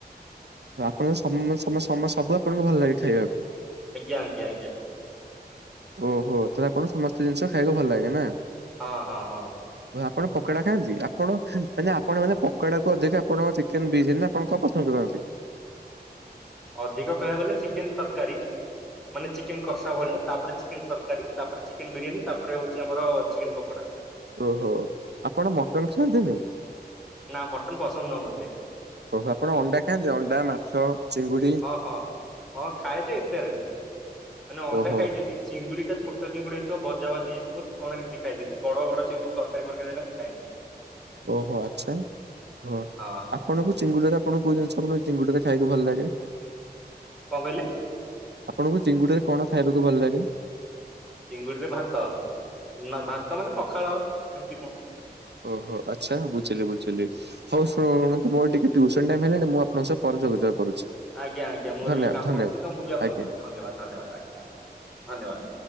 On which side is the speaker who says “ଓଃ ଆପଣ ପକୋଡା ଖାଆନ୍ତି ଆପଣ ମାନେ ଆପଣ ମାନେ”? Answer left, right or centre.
Right